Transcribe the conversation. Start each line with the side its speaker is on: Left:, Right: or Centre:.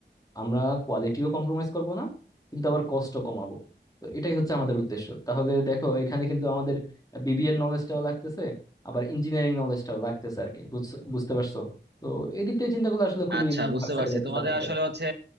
Left: আমরা কোয়ালিটিও কম্প্রোমাইজ করব না কিন্তু আবার কস্টও কমাবো তো এটাই হচ্ছে আমাদের উদ্দেশ্য তাহলে দেখো এখানে কিন্তু আমাদের বিবিএর নলেজটাও লাগতেছে আবার ইঞ্জিনিয়ারিং নলেজটাও লাগতেছে আর কি বুঝ- বুঝতে পারছো তো এই দিক থেকে চিন্তা করলে আসলে খুবই
Right: আচ্ছা বুঝতে
Left: ভার্সেটাইল
Right: পারছি
Left: একটা
Right: তোমাদের
Left: সাবজেক্ট
Right: আসলে হচ্ছে